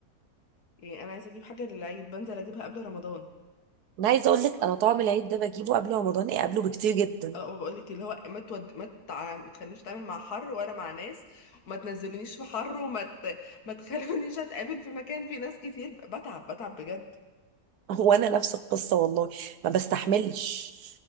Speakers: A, on the left (about 75°); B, on the right (about 80°).
A: يعني انا عايزه اجيب حاجه للعيد بنزل اجيبها قبل رمضان
B: انا عايزه اقول لك انا طعم العيد ده بجيبه قبل رمضان ايه قبله بكتير جدا
A: اه ما بقولك اللي هو ما تود... ما, تع... ما تخلينيش اتعامل مع حر ولا مع ناس وما تنزلونيش في حر وما ت... ما تخلونيش اتقابل في مكان فيه ناس كتير بتعب بتعب بجد
B: <laughs> هو انا نفس القصه والله ما بستحملش